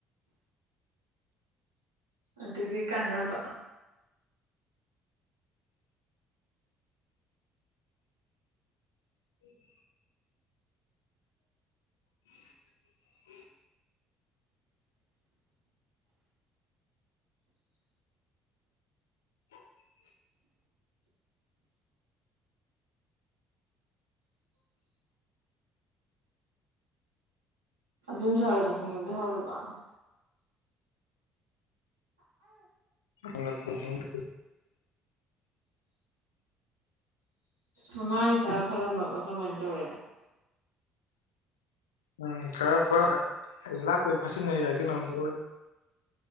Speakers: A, on the right; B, on the left.
A: ꯑꯗꯨꯒꯤ ꯀꯥꯟꯅꯕ
B: <inaudible> <inaudible> <inaudible>
A: ꯑꯗꯨꯝ <unintelligible>
B: ꯅꯪ ꯅꯈꯣꯟ ꯀꯩꯝ <unintelligible>
A: ꯃꯃꯥꯅ ꯈꯔ ꯐꯔꯝꯃꯕ ꯀꯃꯥꯏꯅ ꯇꯧꯔꯦ
B: ꯎꯝ ꯈꯔꯔ ꯑꯩ ꯂꯥꯛꯄꯩ ꯐꯠꯁꯤꯟꯅꯩꯔꯥ ꯀꯩꯅꯣꯝꯇꯧꯔ